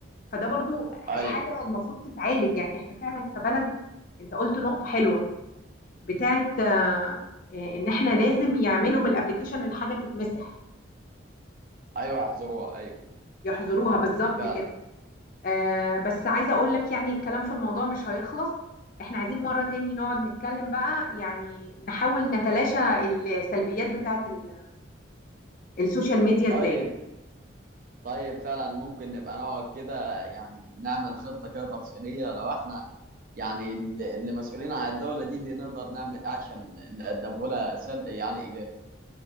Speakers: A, on the left; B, on the right.
A: فده برضو حاجه
B: ايوه
A: المفروض تتعالج يعني احنا فعلا كبلد انت قلت نقطه حلوه بتاعت آه، ان احنا لازم يعملوا من الابلكيشن الحاجه تتمسح
B: ايوه احذروها ايوه
A: يحظروها بالظبط
B: فعلا
A: كده آه بس عايزة اقول لك يعني الكلام في الموضوع مش هيخلص احنا عايزين مرة تاني نقعد نتكلم بقى يعني نحاول نتلاشى السلبيات بتاعت ال- السوشيال ميديا
B: طيب
A: ازاي
B: طيب فعلا ممكن نبقى نقعد كده يعني نعمل خطه كده تفصيليه لو احنا يعني اللي اللي مسؤولين عن الدوله دي دي نقدر نعمل إيه عشان نقدمه لها سل... يعني ايجابي